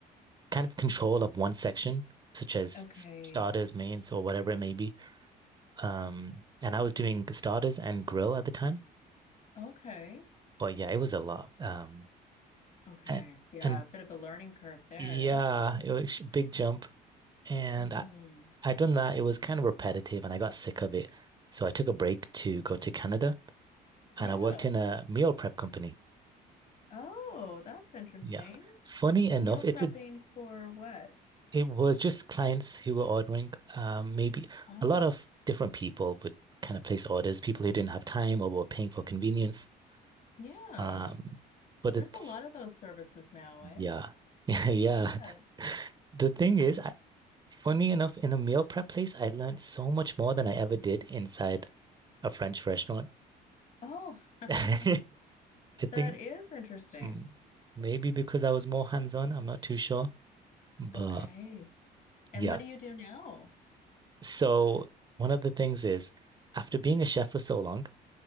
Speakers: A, on the right (about 25°); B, on the left (about 50°).
A: kind of control of one section, such as
B: Okay.
A: s- starters, mains, or whatever it may be. Um, and I was doing starters and grill at the time.
B: Okay.
A: But yeah, it was a lot. Um,
B: Okay.
A: and
B: Yeah,
A: and
B: a bit of a learning curve there.
A: yeah, it was a big jump. And
B: hmm
A: I, I'd done that. It was kind of repetitive and I got sick of it. So I took a break to go to Canada and
B: Yeah.
A: I worked in a meal prep company.
B: Oh, that's interesting.
A: Yeah. Funny enough,
B: Meal prepping
A: it's a
B: for what?
A: it was just clients who were ordering. Um, maybe
B: Oh,
A: a lot of different people would kind of place orders, people who didn't have time or were paying for convenience.
B: yeah.
A: Um, but
B: There's
A: it,
B: a lot of those services now, eh?
A: yeah, <laughs> yeah.
B: Yeah.
A: The thing is, I, funny enough, in a meal prep place, I learned so much more than I ever did inside a French restaurant.
B: Oh.
A: <laughs>
B: <laughs>
A: I
B: That
A: think
B: is interesting.
A: mm, maybe because I was more hands-on, I'm not too sure. But
B: Okay. And
A: yeah.
B: what do you do now?
A: So one of the things is after being a chef for so long,